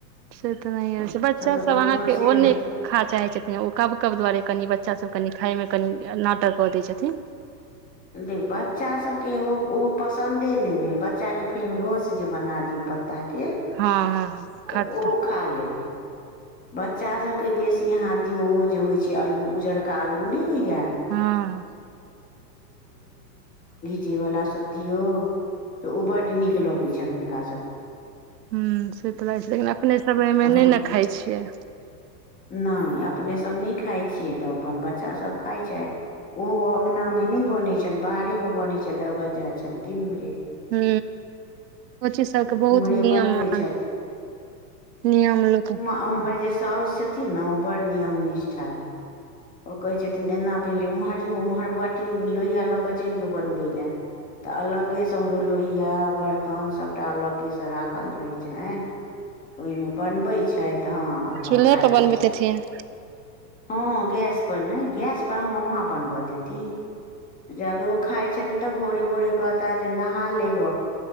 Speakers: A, on the right (about 80°); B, on the left (about 15°).
A: से तऽ नहि हो छै बच्चा
B: तऽ
A: सब
B: बदमाशे
A: अहाँके ओन्ने
B: रहत
A: खा चाहै छथिन ओ कब कब दुआरे कनि बच्चा सब कनि खाय मे कनि नाटक कऽ दै छथिन
B: देख बच्चासभके ओ ओ पसन्दे नहि भेल बच्चाकेँ फेर ओ रस जे बना दियौ पत्त ताकि
A: हँ हँ
B: तऽ
A: खट्टा
B: ओ खा लेतै बच्चा सब के बेसी यहां दियऔ ओ जे होइ छै अल्लू उजरका अल्लू नहि होइया
A: हँ
B: ची वलाा सब दियौ तऽ ओ बड नीक लगैत छनि हुनका सभके
A: ह से तऽ लागै छै लेकिन अपने सब एहि मे
B: हँ
A: नहि ने खाय छियै
B: नहि अपनेसभ नहि खाइ छियै तऽ अपन बच्चा सभ खाय छै ओहो अङंगना मे न बने छै बाहरे मे बने छै दरवज्जा तीन म
A: हू ओ चीज सबके बहुत
B: उम्हरे
A: नियमान
B: बनबै छथि
A: नियम लोक
B: आ हमर जे साउस छथिन ने ओ बड़ नियम निष्ठा ओ कहै छथिन एना भेली ओम्हर जो ओम्हर बटी लोहिया लऽ कऽ चलि जो बनबै लए त अलगे से लोहिया बर्तन सबटा अलगे से राख देखल रहै छनि ओहिमे बनबे छथि हँ अपन
A: चूल्हेप
B: खाइ
A: बनबैतिहेथिन
B: छथि हँ गैस पर नहि गैस पर हम माँ बनव देती जब ओ खाइ छथिन तऽ भोरे भोरे कहता जे नहा लेग